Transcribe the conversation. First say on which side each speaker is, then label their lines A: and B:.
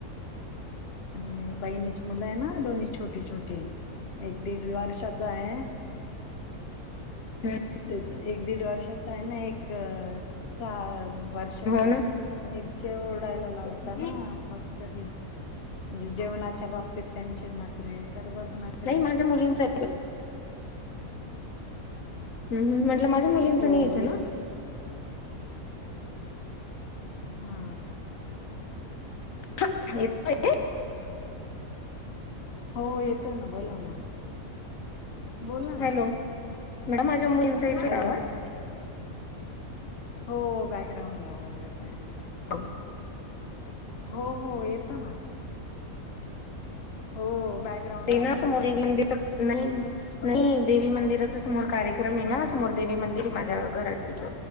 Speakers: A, on the left; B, on the left.
A: नाही बहिणीची मुलं आहे ना दोन्ही छोटे छोटी एक दीड वर्षाचा आहे.
B: हो
A: तेच एक दीड वर्षाच आहे ना एक सहा वर्षाची
B: ना.
A: आहे. पण इतके ओरडायला लावता
B: हम्म
A: ना बस कधी म्हणजे जेवणाच्या बाबतीत त्यांचे नरे सर्वच नकरे
B: नाही माझ्या मुलींचा ह म्हटलं माझ्या मुलींचं
A: हो
B: येतं
A: येत
B: ना
A: हा.
B: त <unintelligible>
A: हो येतय ना बोला ना बोला ना.
B: हॅलो मॅडम माझ्या मुलींचा ऐतो
A: हॅलो
B: आवाज.
A: हो बॅकग्राऊंड ला आवाज येत आहे.
B: हम <unintelligible>
A: हो हो येतो ना. हो बॅकग्राउंड
B: ते
A: ला आवाज
B: ना समोर
A: येतोय.
B: विं दच नाही नाही देवी मंदिराचा समोर कार्यक्रम आहे ना
A: हा
B: समोर देवी मंदिर आहे माझ्या घराच्या इथ.